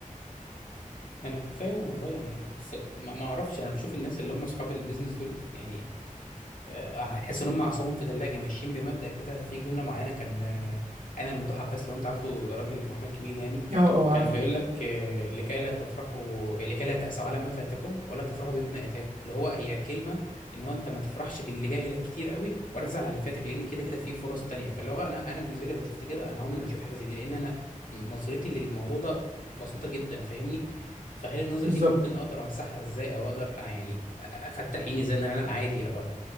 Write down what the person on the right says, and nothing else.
اه اه
عارف
بالظبط